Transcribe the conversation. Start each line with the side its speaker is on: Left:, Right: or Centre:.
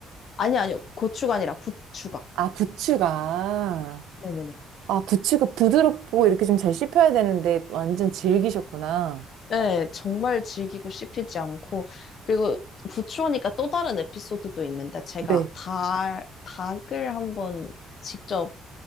Left: 아니, 아니요. 고추가 아니라 부추가.
Right: 아, 부추가.
Left: 네네네.
Right: 아, 부추가 부드럽고 이렇게 좀 잘 씹혀야 되는데 완전 질기셨구나.
Left: 네, 정말 질기고 씹히지 않고. 그리고 부추하니까 또 다른 에피소드도 있는데, 제가
Right: 네,
Left: 닭 닭을 한번 직접,